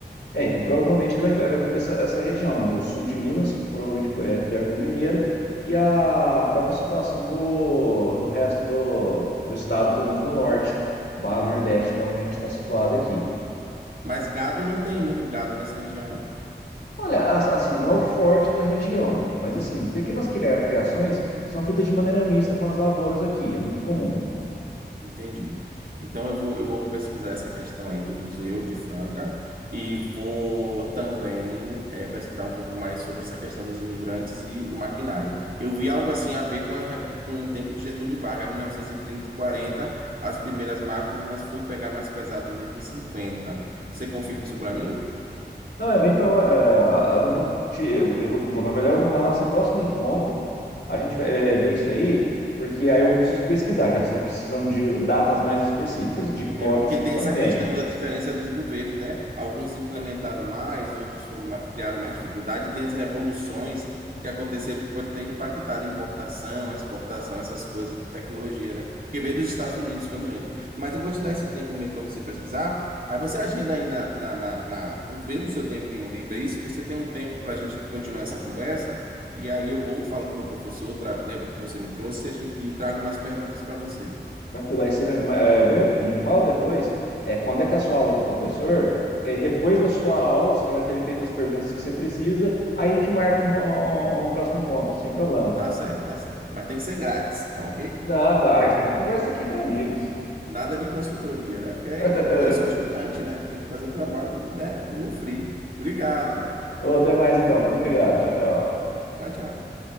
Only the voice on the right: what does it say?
Mas gado não tem muito gado nessa região, não.
Entendi. Então eu vou, eu vou pesquisar essa questão aí do Museu de Franca e vou também eh, pesquisar um pouco mais sobre essa questão dos imigrantes e o maquinário. Eu vi algo assim a ver com, a rep- com o tempo de Getúlio Vargas, mil novecentos e trinta e quarenta, as primeiras máquinas, mas foi pegar mais pesado mesmo em 50. Você confirma
isso para mim?
É porque
tem
essa
questão da diferença dos governos, né? Alguns implementaram mais, outros foram ma- criaram mais dificuldade. Tem as revoluções que aconteceram que pode ter impactado a importação, a exportação, essas coisas de tecnologia, né? Que veio dos Estados Unidos, que eu me lembro. Mas eu vou te dar esse tempo mesmo para você pesquisar. Aí você agenda aí na, na, na, na- vê no seu tempinho livre aí, se você tem um tempo para a gente continuar essa conversa. E aí eu vou, falo com o meu professor, tra- levo o que você me trouxe e, a gente- e trago mais perguntas para você.
Tá certo, tá certo. Mas tem que ser grátis, tá ok?
Nada de consultoria, né? Porque
aí eu, eu sou estudante, né? Tem que fazer o trabalho, né, no free. Obrigado.
Tchau, tchau.